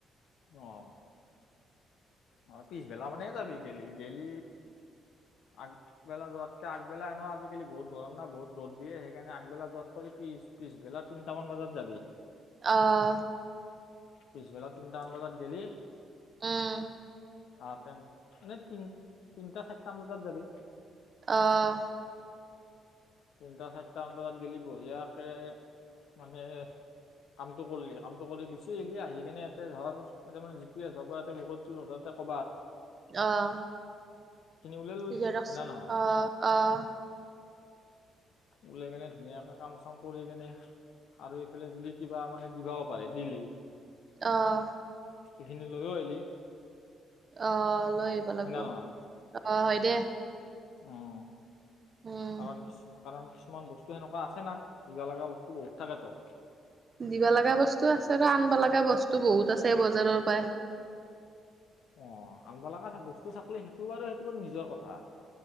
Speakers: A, on the left; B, on the right.
A: অ'হ। অ, পিছবেলা মানে যাবি, গেলি-গেলি। আগবেলা যোৱাতকে আগবেলা এ ন আজিকালি বহুত গৰম না, বহুত ৰ'দ দিয়ে, সেইকাৰণে আগবেলা যোৱাত। পিছ-পিছবেলা তিনিটামান বজাত যাবি।
B: অ'হ।
A: পিছবেলা তিনিটামান বজাত গ'লি
B: উম।
A: অ, তেন এনেই তিন, তিনিটা, চাৰিটামান বজাত যাবি।
B: অ'হ।
A: তিনিটা, চাৰিটামান বজাত গলি বঢ়িয়াকে মানে। কামটো কৰিলি, কামটো কৰি গুচি আহিলি, আহি কিনে এতে ধৰা, এ মানে যিটোৱে যাব আছে সেইটো। কৰ'বাত।
B: অ'হ।
A: ওলাই ললি
B: জিক্স
A: হয় না
B: ক
A: নহয়
B: অহ--অহ।
A: উলিয়াই কেনে ধুনীয়াকে, কাম-চাম কৰি কেনে আৰু এইফালে যদি কিবা মানে, দিবাও পাৰে দি।
B: অ'হ।
A: সেইখিনি লৈও আহিলি।
B: অহ, লৈ আহিব লাগিব,
A: হয় না
B: অহ
A: নহয়
B: হয় দে।
A: উম,
B: উম,
A: কাৰাৰ কিছু। কাৰণ কিছুমান বস্তু সেনেকুৱা আছে না, দিব লগা বস্তু বহুত থাকেতো।
B: দিব লগা বস্তু আছে বা আনিব লগা বস্তু বহুত আছে বজাৰৰ পৰাই।
A: অ, আনিব লগা বস্তু থাকলে, সেইটো বাৰু সেইটো নিজৰ কথা।